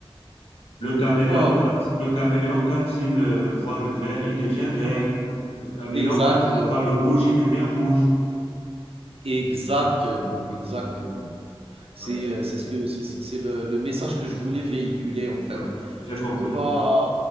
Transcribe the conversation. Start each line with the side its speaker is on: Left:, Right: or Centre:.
Left: le caméléon,
Right: tu vois,
Left: quand, le caméléon, quand il euh, voit le vert, il devient vert. Le caméléon,
Right: exact.
Left: quand il voit le rouge, il devient rouge.
Right: Exactement, exactement. C'est,
Left: Oui, j'ai
Right: heu, c'est ce que c'est c'est le le message que je voulais véhiculer, en fait.
Left: ouais, j'ai
Right: Tu
Left: compris.
Right: peux pas